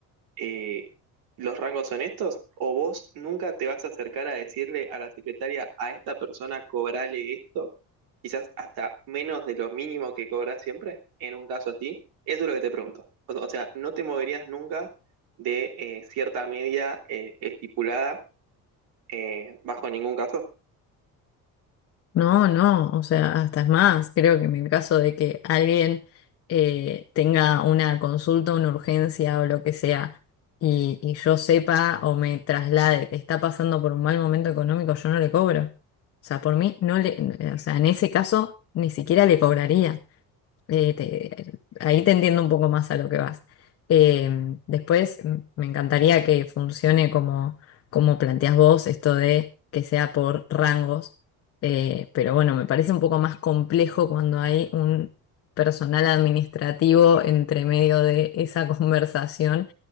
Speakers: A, on the right; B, on the left.
A: eh, los rangos son estos, o vos nunca te vas a acercar a decirle a la secretaria, a esta persona cobrale esto, quizás hasta menos de lo mínimo que cobras siempre, en un caso así. Eso es lo que te pregunto. O, o sea, no te moverías nunca de eh, cierta media eh, estipulada eh, bajo ningún caso.
B: No, no, o sea, hasta es más, creo que en el caso de que alguien eh, tenga una consulta, una urgencia o lo que sea, y, y yo sepa o me traslade que está pasando por un mal momento económico, yo no le cobro. O sea, por mí, no le, o sea, en ese caso, ni siquiera le cobraría. Eh, te- ahí te entiendo un poco más a lo que vas. Eh, después mm, me encantaría que funcione como, como planteas vos, esto de que sea por rangos, Eh, pero bueno, me parece un poco más complejo cuando hay un personal administrativo entre medio de esa <laughs> conversación